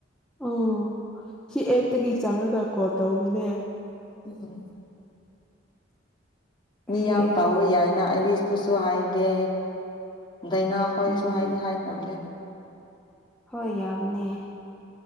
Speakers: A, in the centre; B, on the left.
A: ꯎꯝ ꯁꯤ ꯑꯦꯇꯒꯤ ꯆꯪꯉꯔꯒꯀꯣ ꯇꯧꯕꯅꯦ
B: ꯎꯝ
A: ꯑꯁꯤ
B: ꯃꯤ ꯌꯥꯝ
A: ꯑꯦꯞꯇ
B: ꯇꯥꯎꯕ ꯌꯥꯏꯅ ꯑꯩ ꯇꯨꯁꯨ ꯍꯥꯏꯥꯏꯒꯦ ꯗꯥꯏꯅꯥ ꯑꯩꯈꯣꯏꯗꯁꯨ
A: ꯎꯝ
B: ꯍꯥꯏꯗꯤ ꯍꯥꯏꯈ꯭ꯔꯝꯅꯦ
A: ꯍꯣꯏ ꯌꯥꯕꯅꯦ